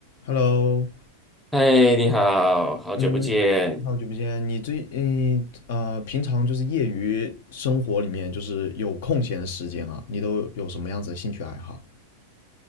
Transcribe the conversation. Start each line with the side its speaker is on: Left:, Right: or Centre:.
Left: Hello，
Centre: 嗨，你好，好久不见。
Left: 嗯，好久不见。你最嗯呃，平常就是业余生活里面，就是有空闲的时间啊，你都有什么样子的兴趣爱好？